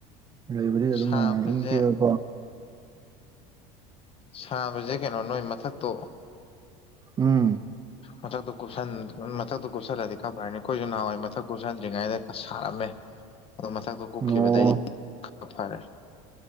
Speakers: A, on the right; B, on the left.
A: ꯂꯩꯕꯗꯤ ꯑꯗꯨꯝ
B: ꯁꯥꯕꯁꯦ
A: ꯅꯨꯡꯉꯥꯏ ꯏꯪꯆꯤꯛꯑꯒꯀꯣ
B: ꯁꯥꯕꯁꯦ ꯀꯩꯅꯣ ꯅꯣꯏ ꯃꯊꯛꯇꯣ
A: ꯎꯝ
B: ꯃꯊꯛꯇꯣ ꯀꯨꯞꯁꯟ ꯃꯊꯛꯇꯣ ꯀꯨꯞꯁꯜꯂꯗꯤ ꯈꯔ ꯐꯔꯅꯤ ꯑꯩꯈꯣꯏꯁꯨ ꯅꯍꯥꯟꯋꯥꯏ ꯃꯊꯛ ꯀꯨꯞꯁꯟꯗ꯭ꯔꯤꯉꯩꯗ ꯁꯥꯔꯝꯃꯦ ꯑꯗꯣ ꯃꯊꯛꯇꯣ ꯀꯨꯞꯈꯤꯕꯗꯩꯗꯤ
A: ꯑꯣ
B: ꯈꯔ ꯐꯔꯦ